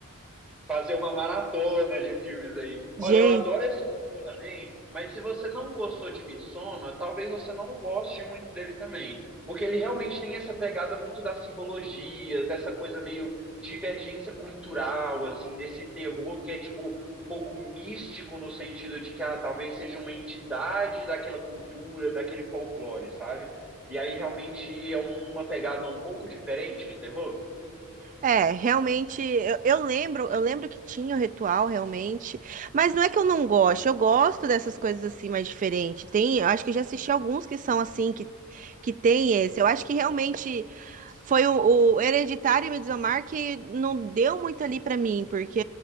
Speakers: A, in the centre; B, on the right (about 35°).
A: fazer uma maratona de filmes aí.
B: Gente.
A: Olha, eu adoro esse filme também, mas se você não gostou de Midsommar, talvez você não goste muito dele também. Porque ele realmente tem essa pegada muito das simbologias, dessa coisa meio divergência cultural, assim, desse terror que é, tipo, um pouco místico no sentido de que, ah, talvez seja uma entidade daquela cultura, daquele folclore, sabe? E aí realmente é uma pegada um pouco diferente de terror.
B: É, realmente, eu, eu lembro, eu lembro que tinha o ritual, realmente, mas não é que eu não gosto, eu gosto dessas coisas assim mais diferentes. Tem, eu acho que eu já assisti alguns que são assim, que, que tem esse. Eu acho que realmente foi o, o Hereditário e Midsommar que não deu muito ali pra mim, porque